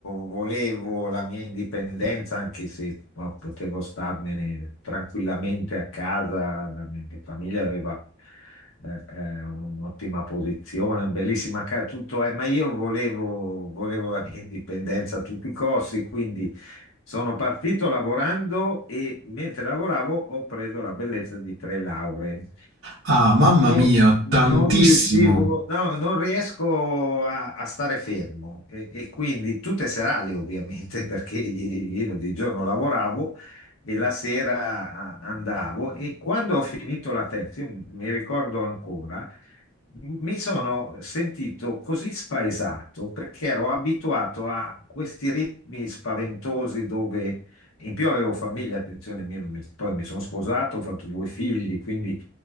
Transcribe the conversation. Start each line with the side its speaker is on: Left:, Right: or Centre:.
Left: volevo la mia indipendenza, anche se no, potevo starmene tranquillamente a casa, la mia mia famiglia aveva eh, eh, un'ottima posizione, una bellissima casa, tutto, eh, ma io volevo, volevo la mia indipendenza a tutti i costi, quindi sono partito lavorando e mentre lavoravo ho preso la bellezza di tre lauree.
Right: Ah, mamma
Left: Non,
Right: mia,
Left: non
Right: tantissimo.
Left: riuscivo, no, non riesco a, a stare fermo e, e quindi tutte serali ovviamente <laughs> perché io di giorno lavoravo e la sera ah, andavo e quando ho finito la terza, io mi ricordo ancora, mi sono sentito così spaesato perché ero abituato a questi ritmi spaventosi dove in più avevo famiglia, attenzione, mi- mi- poi mi sono sposato, ho fatto due figli, quindi